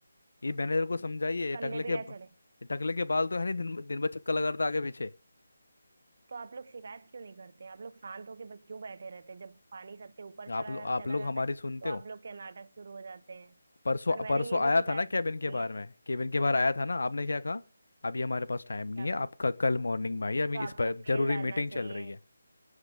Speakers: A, on the left; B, on the right.
A: ये मैनेजर को समझाइए ये
B: कंधे
A: टकले
B: पे क्या
A: के ये
B: चढ़े
A: टकले के बाल तो है नहीं दिन दिन भर चक्कर लगा रहा था आगे पीछे
B: तो आप लोग शिकायत क्यों नहीं करते आप लोग शांत होके बस क्यों बैठे रहते हैं जब पानी सबसे ऊपर चला
A: आप लोग
B: जा,
A: आप
B: चला
A: लोग
B: जाता
A: हमारी
B: है तो
A: सुनते
B: आप
A: हो
B: लोग के नाटक शुरू हो जाते हैं
A: परसों
B: और मैंने
A: परसों
B: ये भी
A: आया
B: शिकायत
A: था ना केबिन
B: सुनी
A: के बारे
B: है
A: में केबिन के बाहर आया था ना आपने क्या कहा अभी हमारे पास टाइम
B: क्या
A: नहीं है
B: कहा
A: आपका कल मॉर्निंग में आइए अभी
B: तो आपको
A: इस पर
B: मेल
A: जरूरी
B: डालना
A: मीटिंग
B: चाहिए
A: चल रही है